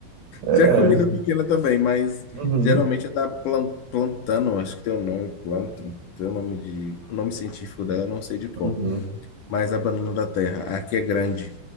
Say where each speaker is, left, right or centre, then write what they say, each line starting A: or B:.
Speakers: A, on the right; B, on the left.
A: É.
B: Já comida pequena também, mas
A: Uhum.
B: geralmente é da plan, plantano, acho que tem o nome, planto. Tem o nome de, o nome científico dela, eu não sei de qual.
A: Uhum.
B: Mas a banana da terra, aqui é grande.